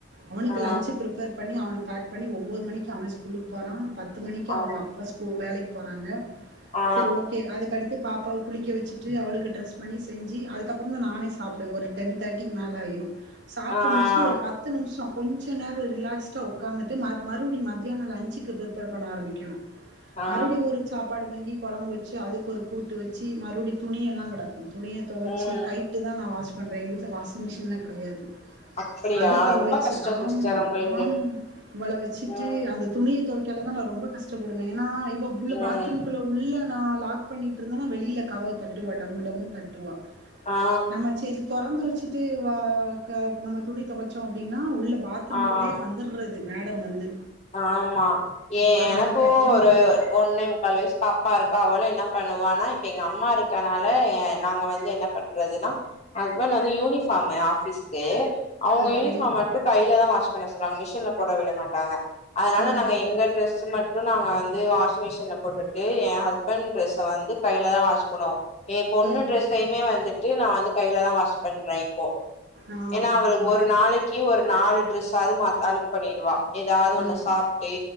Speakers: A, on the right; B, on the left.
A: அவனுக்கு
B: ஆ
A: லன்ச்சு பிரிப்பேர் பண்ணி அவன பேக் பண்ணி ஒம்போது மணிக்கு அவ ஸ்கூலுக்கு போனா பத் து மணிக்கி
B: ஆ
A: அவங்க அப்பா ஸ்கூ வேலைக் போறாங்க
B: ஆ
A: செரி ஓகே அதுக்கடுத்து பாப்பாவ குளிக்க வெச்சுட்டு அவளுக்கு ட்ரெஸ் பண்ணி செஞ்சு அதுக்கப்புறந்தா நானே சாப்புடுவ ஒரு டென் தேட்டிக்கு மேல ஆயிரு சாப்டு
B: ஆ
A: முடுச்சுட்டு ஒரு பத்து நிம்ஷோ கொஞ்ச நேரோ ரிலேக்ஸ்டா உக்காந்துட்டு மறு மறுவுடி ம மத்தியானோ லன்சுக்கு பிரிப்பேர் பண்ண ஆரம்பிக்கணு
B: ஆ
A: மறுபடி ஒரு சாப்பாடு வாங்கி கொழம்பு வெச்சு அதுக்கு ஒரு கூட்டு வெச்சு மறுவடி துணியெல்லாங் கெடக்கு துணிய தொவச்சு
B: ம்
A: கைட்டுதா வாஷ் பண்ற எங்க வீட்ல வாஷிங் மிஷ் கின்ன கெடையாது
B: அப்டியா
A: அது தொவச்சு
B: ரொம்ப கஷ்டோ
A: ஆமா
B: சிஸ்டர் உங்களுக்கு
A: ஆம் வொள வெச்சு
B: ம்
A: து அந்த துணிய தொவைக்கலதா நா ரொம்ப கஷ்டப்படுவே நா இங்க உள்ள
B: ம்
A: பாத்ரூம்க்குள்ள உள்ள நா லாக் பண்ணிட் இருந்தனோ வெளில கதவ தட்டு ஒடம் டம்முன் தட்டு டுவா
B: ஆ
A: நம்ம சேரி தொறந்து வெச்சு த்துட்டு வா கா நம்ம துணி தொவச்சோ அப்டின்னா உள்ள பாத்ரூம்
B: ஆ
A: குள்ளயே வந்துர்றது மேடம் வந்து
B: ஆமா ஏ
A: ஆ
B: எனக்கு
A: அதுக்கப்புறம்
B: ஒரு ஒன்னே முக்கால் வயிஸ் பாப்பா இருக்கா அவளு என்ன பண்ணுவா ஆனா இப்ப எங்க அம்மா இருக்கனால எ நாங்க வந்து என்ன பண்றதுன்னா ஹஸ்பண்ட் வந்து யூனிஃபாம்மு ஆஃபிஸ்க்கு அவங்க
A: ஓகே
B: யூனிஃபாம் மட்டு கையிலதா வாஷ் பண்ண சொல்லுவாங்க மிஷின்ல போட விட மாட்டாங்க அதனால
A: ம்
B: நாங்க எங்க டிரெஸ்ஸ மட் டு நாங்க வந்து வாஷிங் மிஷின்ல போட்டுட்டு எ ஹஸ்பண்ட் டிரெஸ்ஸ வந்து கையிலதா வாஷ் பண்ணுவோ ஏ பொண்ணு
A: ம்
B: டிரெஸ்ஸயுமே வந்துட்டு நா வந்து கையிலதா வாஷ் பண்றே போ
A: ஆ
B: ஏன்னா அவளுக் ஒரு நாளைக்கு ஒரு நாலு டிரெஸ் பத்தாது மாத் அழுக்கு பண்ணிடுவா எதாவது ஒண்ணு
A: ம்
B: சாப்டே